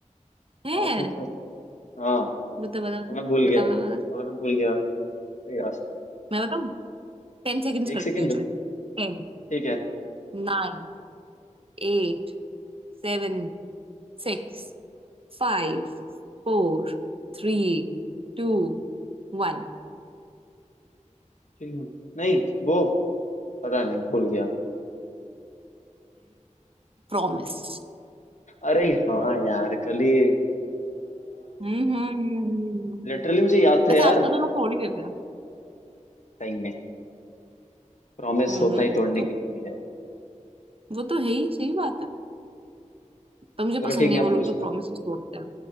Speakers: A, on the right; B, on the left.
A: है
B: क्या था क्या था क्या हाँ तो
A: बता बता बता
B: मैं भूल
A: बता
B: गया
A: बता बता
B: और मैं भूल गया अरे यार
A: मैं बताऊँ टेन सेकेंड्स करती
B: एक सेकेंड
A: हूँ चल टेन
B: ठीक है
A: नाइन एट सेवन सिक्स फाइव फोर थ्री टू वन
B: ठीक है नहीं वो पता नहीं भूल गया
A: प्रॉमिस
B: अरे हाँ यार कल ही
A: हम्म हम्म
B: लिटरली <clears throat> मुझे याद था
A: वैसे
B: यार
A: आजकल तो लोग छोड़ ही देते हैं
B: टाइम में प्रॉमिस
A: हम्म
B: होता
A: हम्म,
B: ही तोड़ने
A: तो
B: के लिए है
A: वो तो है ही सही बात है पर मुझे
B: चलो
A: पसंद
B: ठीक
A: नहीं
B: मैं
A: वो
B: अब
A: लोग
B: पूछता
A: जो प्रॉमिस तोड़ते हैं